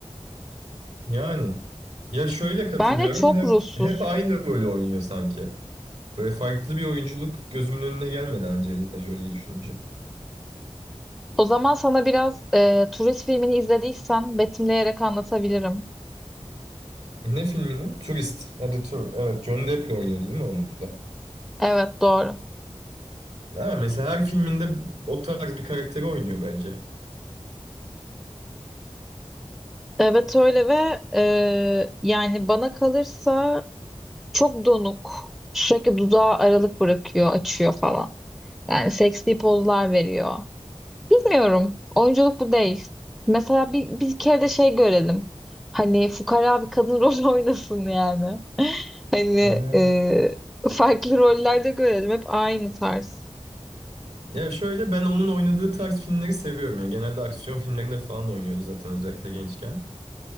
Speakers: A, on the right; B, in the centre.
A: Yani ya şöyle katılıyorum
B: Bence çok
A: hep
B: ruhsuz.
A: hep aynı rolü oynuyor sanki. Böyle farklı bir oyunculuk gözümün önüne gelmedi Angelina Jolie'yi düşününce.
B: O zaman sana biraz e, turist filmini izlediysen betimleyerek anlatabilirim.
A: Ne filmini? Turist. Ha, The Tour. Evet, John Depp'le oynuyordu değil mi onda?
B: Evet doğru.
A: Ha, mesela her filminde o tarz bir karakteri oynuyor bence.
B: Evet öyle ve e, yani bana kalırsa çok donuk. Sürekli dudağı aralık bırakıyor, açıyor falan. Yani seksi pozlar veriyor. Bilmiyorum. Oyunculuk bu değil. Mesela bir, bir kere de şey görelim. Hani fukara bir kadın <laughs> rol oynasın yani. Hani
A: Ee,
B: e, farklı rollerde görelim. Hep aynı tarz.
A: Ya şöyle ben onun oynadığı tarz filmleri seviyorum. Yani genelde aksiyon filmlerinde falan oynuyordu zaten özellikle gençken.